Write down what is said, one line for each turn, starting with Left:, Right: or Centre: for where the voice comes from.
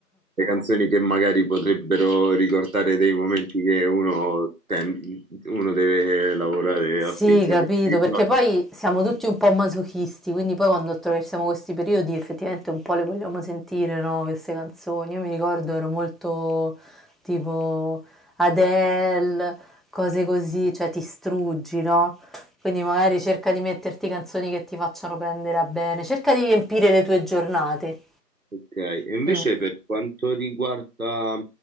Right: le canzoni che magari potrebbero ricordare dei momenti che uno, tem- uno deve lavorare
Centre: Sì,
Right: affinché
Centre: capito,
Right: li ricordi.
Centre: perché poi siamo tutti un po' masochisti, quindi poi quando attraversiamo questi periodi effettivamente un po' le vogliamo sentire, no? Queste canzoni. Io mi ricordo ero molto tipo Adele, cose così, cioè ti struggi, no? Quindi magari cerca di metterti canzoni che ti facciano prendere a bene, cerca di riempire le tue giornate.
Right: Ok, e invece
Centre: Mm.
Right: per quanto riguarda